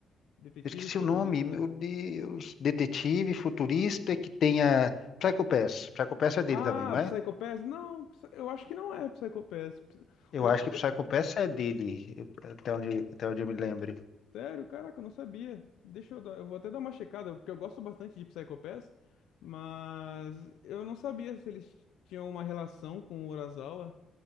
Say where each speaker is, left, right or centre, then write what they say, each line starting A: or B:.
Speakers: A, on the left (about 85°); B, on the left (about 60°).
A: Detetive
B: Eu esqueci
A: futurista?
B: o nome, meu Deus. Detetive futurista que tenha. Psycho Pass. Psycho Pass é dele
A: Ah,
B: também, não é?
A: Psycho Pass? Não, Psy- eu acho que não é Psycho Pass. Ps-
B: Eu
A: O,
B: acho que o Psycho Pass é dele, eu- até onde, até onde eu me lembro.
A: Sério? Caraca, eu não sabia. Deixa eu dar, eu vou até dar uma checada, porque eu gosto bastante de Psycho Pass, mas eu não sabia se eles tinham uma relação com o Urasawa.